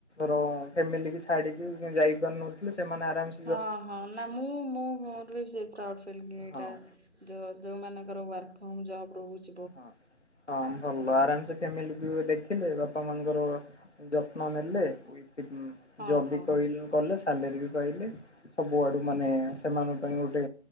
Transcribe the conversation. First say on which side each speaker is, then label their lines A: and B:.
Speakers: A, on the left (about 65°); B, on the right (about 60°).
A: ର ଫ୍ୟାମିଲି କି ଛାଡିକି ଯାଇପାରୁନଥିଲେ ସେମାନେ ଆରାମ ସେ
B: ହଁ ହଁ ନା ମୁଁ ମୋ ମୋର ବି ସେ ପ୍ରାଉଡ ଫିଲ
A: ହଁ
B: କି ଏଇଟା। ଯଉ ଯଉମାନଙ୍କର ୱାର୍କ ଫ୍ରୋମ ଜବ୍ ରହୁଚି।
A: ହଁ ହଁ ଭଲ ଆରାମସେ ଫ୍ୟାମିଲିକୁ ଦେଖିଲେ ବାପା ମାଙ୍କର। ଯତ୍ନ ନେଲେ <unintelligible>
B: ହଁ ହଁ
A: କଲେ ସାଲେରୀ ବି ପାଇଲେ ସବୁ ଆଡୁ ମାନେ ସେମାନଙ୍କ ପାଇଁ ଗୋଟେ।